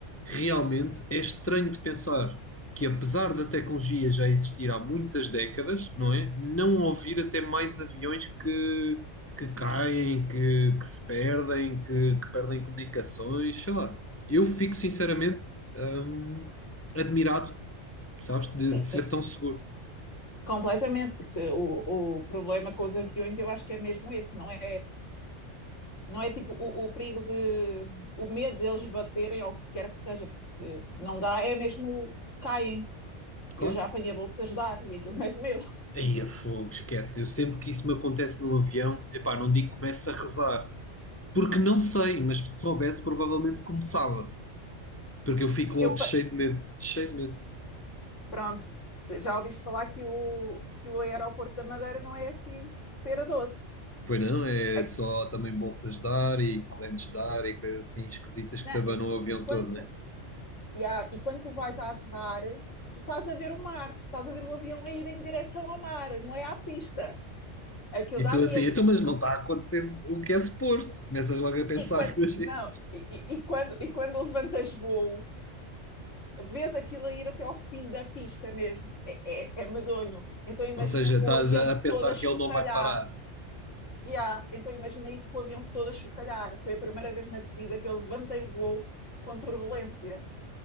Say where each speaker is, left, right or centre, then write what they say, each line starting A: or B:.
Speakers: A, on the left; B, on the left.
A: Realmente é estranho de pensar que, apesar da tecnologia já existir há muitas décadas, não é? Não ouvir até mais aviões que, que caem, que, que se perdem, que, que perdem comunicações, sei lá. Eu fico sinceramente hum, admirado, sabes, de,
B: Sim,
A: de ser tão seguro.
B: completamente, porque o, o problema com os aviões eu acho que é mesmo esse, não é não é tipo o, o perigo de o medo deles baterem ou o que quer que seja, porque não dá, é mesmo se caem.
A: Claro.
B: Eu já apanhei bolsas de ar e aquilo <laughs> mete medo.
A: Aí a fogo, esquece. Eu sempre que isso me acontece num avião, epá, não digo que começo a rezar, porque não sei, mas se soubesse, provavelmente começava. Porque eu fico logo
B: Eu,
A: cheio de medo, cheio de medo.
B: pronto, já ouviste falar que o, que o aeroporto da Madeira não é assim pera doce.
A: Pois não, é
B: A-
A: só também bolsas de ar e correntes de ar e coisas assim esquisitas que te abanam
B: e,
A: o
B: e,
A: avião
B: e quando
A: todo, né?
B: tu, e, há- e quando tu vais a aterrar, tu estás a ver o mar, tu estás a ver o avião a ir em direção ao mar, não é à pista. Aquilo
A: E
B: dá
A: tu
B: medo.
A: assim, então, mas não está a acontecer o que é suposto. Começas logo a pensar
B: E quando,
A: <laughs> duas vezes.
B: não, e, e, e quando, e quando levantas voo, vês aquilo a ir até ao fim da pista mesmo. É, é, é medonho. Então imagina
A: Ou seja,
B: com
A: estás
B: o avião
A: a, a pensar
B: todo a chocalhar.
A: que ele não vai parar.
B: Yeah, então imagina isso com o avião todo a chocalhar. Foi a primeira vez na vida que eu levantei voo com turbulência.